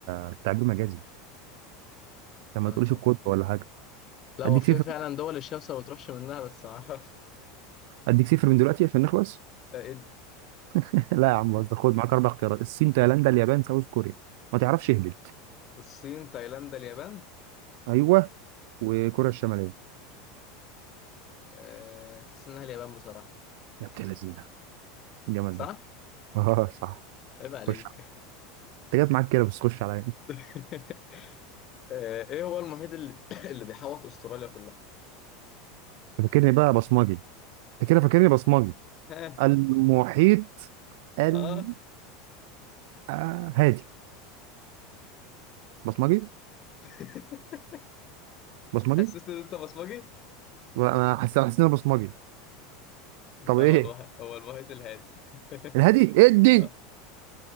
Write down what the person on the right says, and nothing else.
التعبير مجازي لما
تقوليش
الكود ولا حاجة
اديك
صفر
اديك صفر من دلوقتي عشان نخلص
<laughs> لا يا عم بهزر
خد معاك اربع اختيارات الصين تايلاندا اليابان ساوث كوريا ما تعرفش اهبط
ايوه وكوريا الشماليه
يا بنت اللذينه الجمال
ده <laughs> اه صح
خش انت جت معاك كده بس خش عليا انت
فاكرني بقى بصمجي انت كده فاكرني بصمجي
المحيط ال
آه، هادي بصمجي
بصمجي
انا حاسس حاسس ان انا بصمجي
طب ايه
الهادي
ادي